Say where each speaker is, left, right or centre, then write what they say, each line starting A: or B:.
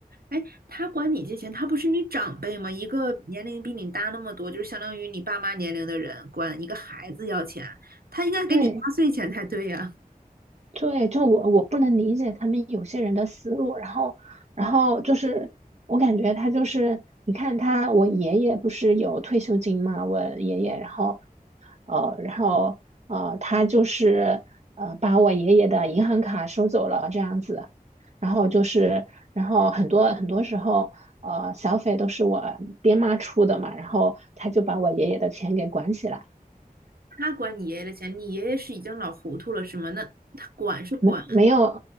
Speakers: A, on the right (about 80°); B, on the right (about 45°).
A: 哎，他管你借钱，他不是你长辈吗？一个年龄比你大那么多，就是相当于你爸妈年龄的人，管一个孩子要钱，他应该给你压岁钱才对呀。
B: 对对，就我我不能理解他们有些人的思路，然后然后就是我感觉他就是，你看他，我爷爷不是有退休金嘛，我爷爷，然后呃，然后呃，他就是呃把我爷爷的银行卡收走了这样子，然后就是，然后很多很多时候，呃，小费都是我爹妈出的嘛，然后他就把我爷爷的钱给管起来。
A: <laughs> 他管你爷爷的钱，你爷爷是已经老糊涂了是吗？那他管是管，
B: 没没有